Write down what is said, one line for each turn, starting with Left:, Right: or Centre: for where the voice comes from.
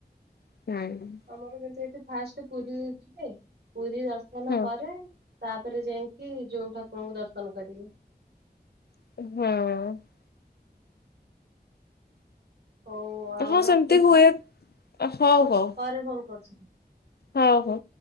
Left: ହୁଁ।
Right: ଆମର କିନ୍ତୁ ଏଠି ଫାଷ୍ଟ ପୁରୀ ଯିବେ, ପୁରୀ ଦର୍ଶନ
Left: ହଁ
Right: ପରେ ତାପରେ ଯାଇଁକି ଯୋଉ ଠାକୁରଙ୍କୁ ଦର୍ଶନ କରିବି।
Left: ହୁଁ।
Right: ହଉ ଆଉ
Left: ହଁ
Right: ମୁଁ ରଖୁଛି।
Left: ସେମିତି ହୁଏ ହଉ ହଉ
Right: ପରେ ଫୋନ୍ ହଁ।
Left: ହଉ ହଉ।